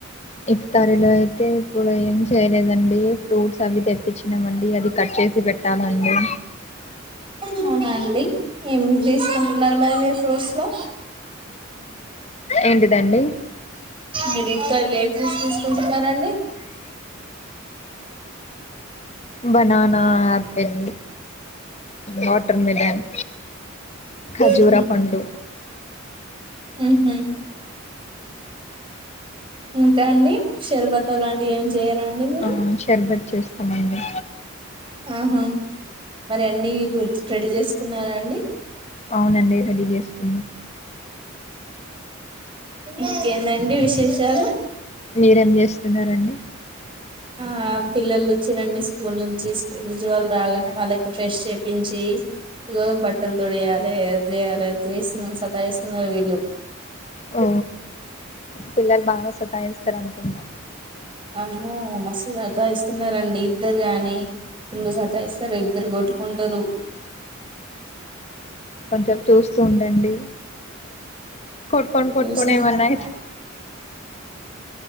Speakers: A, on the left (about 30°); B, on the right (about 25°).
A: ఇఫ్తారి లో అయితే ఇప్పుడు ఏం చేయలేదండి ఫ్రూట్స్ అవి తెప్పించ్ న్నామండి అది కట్ చేసి పెట్టాలండి
B: అవునాండి ఏం జేస్కుంటున్నారు మరి మీరు ఫ్రూట్స్ లో
A: ఏంటిదండి
B: మీరు ఇఫ్తర్లో ఏ ఫ్రూట్స్ తీస్కుంటున్నారండి
A: బనానా ఆపిల్ వాటర్ మిలన్ ఖజూరా
B: ఉహు
A: పండు
B: ఉహు ఇంకాండి షర్బత లాంటివి ఏం చెయరాండి మీరు
A: ఆ షర్బత్ చేస్తామండి
B: ఆహా మరి అన్ని గుడ్స్ రెడీ చేసుకున్నారాండి
A: అవునండి రెడీ చేసుకు
B: ఇంకేందండి విశేషాలు
A: మీరేం జేస్తున్నారండి
B: ఆ పిల్లలు వచ్చిరండి స్కూల్ నుంచి స్కూల్ నుంచి వాళ్ళు రాగానే వాళ్ళకి ఫ్రెష్ చేపించి ఇగో బట్టలు తొడియాలె అది చేయాలె అద్ జేస్తున్నా సతాయిస్తున్నారు వీళ్ళు
A: ఓ పిల్లలు బాగా సతాయింస్తరు అనుకుంటా
B: అమ్మో మస్తు స సతాయిస్తున్నారండి ఇద్దరు గాని ఫుల్లు సతాయిస్తారు ఇద్దరు కొట్టుకుంటురు
A: కొంచం చూస్తూ ఉండండి కొట్కోన్ కొట్కోనేమన్నాయితే
B: చూస్తా